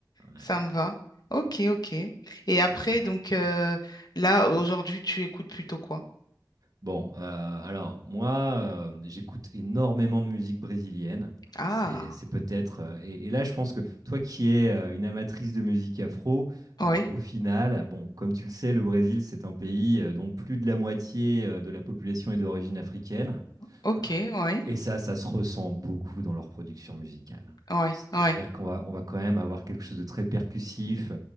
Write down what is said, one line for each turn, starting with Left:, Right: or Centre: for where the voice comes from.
Right: Ouais,
Left: Ça me va. Ok, ok. Et après,
Right: le rap.
Left: donc, euh, là, aujourd'hui, tu écoutes plutôt quoi?
Right: Bon, euh, alors moi, euh, j'écoute énormément de musique brésilienne.
Left: Ah,
Right: C'est, c'est peut-être. euh, et, et là, je pense que toi qui es euh, une amatrice de musique afro,
Left: oui.
Right: euh, au final, bon, comme tu le sais, le Brésil, c'est un pays euh, dont plus de la moitié euh, de la population est d'origine africaine
Left: Ok,
Right: hein.
Left: oui.
Right: Et ça, ça se ressent beaucoup dans leur production musicale.
Left: Oui,
Right: C'est-à-dire
Left: oui.
Right: qu'on va, on va quand même avoir quelque chose de très percussif,